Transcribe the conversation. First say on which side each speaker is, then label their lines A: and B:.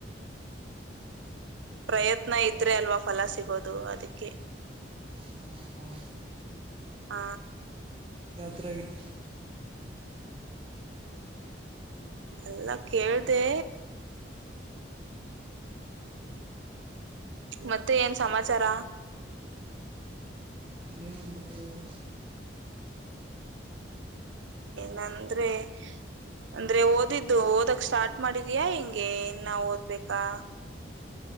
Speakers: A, on the right (about 75°); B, on the right (about 30°).
A: ಪ್ರಯತ್ನ ಇದ್ರೆ ಅಲ್ವಾ ಫಲ ಸಿಗೋದು ಅದ್ಕೆ
B: ಹ್ಮ್ ಹೌದು
A: ಆ
B: ರಾತ್ರಿ ಆಗಿದೆ
A: ಎಲ್ಲಾ ಕೇಳ್ದೆ ಮತ್ತೆ ಏನ್ ಸಮಾಚಾರ
B: ಏನಿಲ್ಲ ಹೇಳ್ಬೇಕು
A: ನಂದ್ರೆ ಅಂದ್ರೆ ಓದಿದ್ದು ಓದಕ್ ಸ್ಟಾರ್ಟ್ ಮಾಡಿದ್ಯಾ ಹೆಂಗೆ ಇನ್ನಾ ಓದ್ಬೇಕಾ